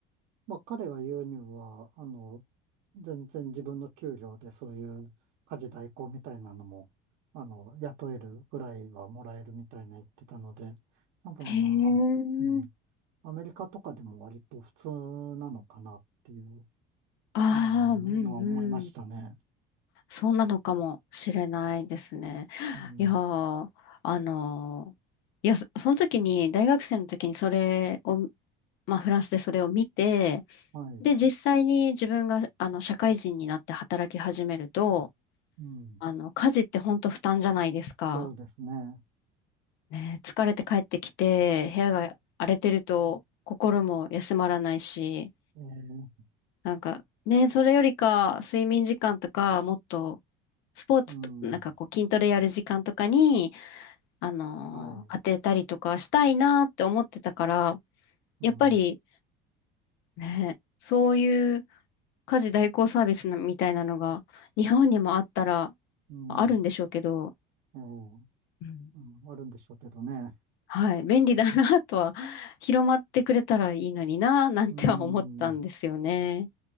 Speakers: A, on the right; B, on the left.
A: まあ彼が言うには、あの、全然自分の給料でそういう家事代行みたいなのも、あの、雇えるぐらいはもらえるみたいな言ってたので、多分、
B: へえ。
A: うん、アメリカとかでも割と普通なのかなっていう。
B: ああ、
A: うん、
B: うんうん。
A: のは思いましたね。
B: そうなのかもしれないですね。
A: うん、
B: いやー、あのーいや、そその時に、大学生の時にそれを、まあ、フランスでそれを見て、
A: はい。
B: で、実際に自分が、あの、社会人になって働き始めると、
A: うん、
B: あの、家事って本当負担じゃないですか。
A: そうですね。
B: ね、疲れて帰ってきて、部屋が荒れてると、心も休まらないし、
A: えー、
B: なんか、ね、それよりか、睡眠時間とか、もっと、スポーツと、
A: うん、
B: なんかこう、筋トレやる時間とかに、あのー当てたりとかしたいなって思ってたから、
A: はい。うん、
B: やっぱり、ね、そういう家事代行サービスみたいなのが、日本にもあったら、
A: うん、
B: あるんでしょうけど、
A: えー、
B: うん
A: うん、あるんでしょうけどね。
B: はい、便利だなとは、広まってくれたらいいのにな、なんては思ったんですよね。
A: うん、